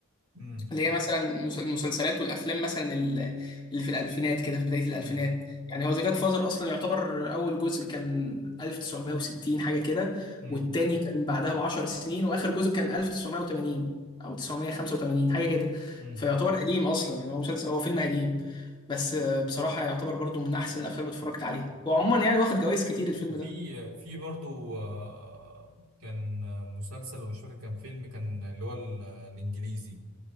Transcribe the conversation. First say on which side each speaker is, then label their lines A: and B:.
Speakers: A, on the right; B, on the left.
A: مم.
B: اللي هي مثلا مس- المسلسلات والافلام مثلا ال- اللي في الالفينات كده في بدايه الالفينات
A: مم.
B: يعني هو ذا جاد فازر اصلا يعتبر اول جزء كان 1960 حاجه كده
A: مم.
B: والتاني كان بعدها ب 10 سنين واخر جزء كان 1980 او 985 حاجه كده
A: مم.
B: فيعتبر قديم اصلا يعني هو مسلسل هو فيلم قديم بس آه، بصراحه يعتبر برضو من احسن الافلام اللي اتفرجت عليها وعموما يعني واخد جوائز كتير الفيلم
A: وفي
B: ده
A: في برضو آه، كان مسلسل ومش فاكر كان فيلم كان اللي هو ال- الانجليزي